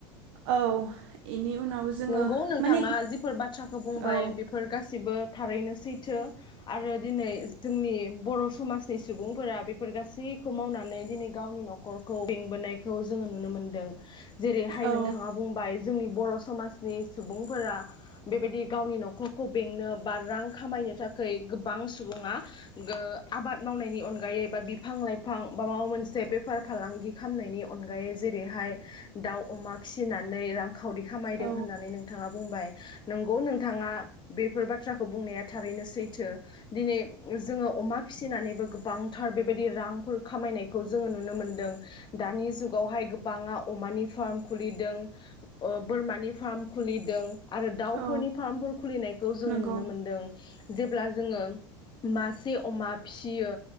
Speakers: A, on the right; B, on the left.
A: औ इनि उनाव जोंङो
B: नंगौ नोंथाङा
A: माने
B: जिफोर बाथ्राखौ बुंबाय
A: औ
B: बेफोर गासिबो थारैनो सैथो आरो दिनै जोंनि बर' समाजनि सुबुंफोरा बेफोर गासैखौ मावनानै दिनै गावनि न'खरखौ बेंबोनायखौ जोंङो नुनो मो दों जेरैहाय
A: औ
B: नोंथाङा बुंबाय जोंनि बर' समाजनि सुबुंफोरा बेबायदि गावनि न'खरखौ बेंनो बा रां खामायनो थाखै गोबां सुबुङा गो आबाद मावनायनि अनगायै बा बिफां लाइफां बा माबा मोनसे बेफार फालांगि खामनायनि अनगायै जे रैहाय दाउ अमा फिसिनानै रां खावरि खामायदों
A: औ
B: होननानै नोंथाङा बुंबाय। नंगौ नोंथाङा बेफोर बाथ्राखौ बुंनाया थारैनो सैथो दिनै जोंङो अमा फिसिनानैबो गोबांथार बेबायदि रांफोर खामायनायखौ जोंङो नुनो मोनदों। दानि जुगावहाय गो बांङा अमानि फार्म खुलिदों बोरमानि फार्म खुलिदों। आरो दाउफोरनि
A: औ
B: फार्मफोर खुलिनायखौ जोंङो
A: नंगौ
B: नुनो मोनदों। जेब्ला जोंङो मासे अमा फिसियो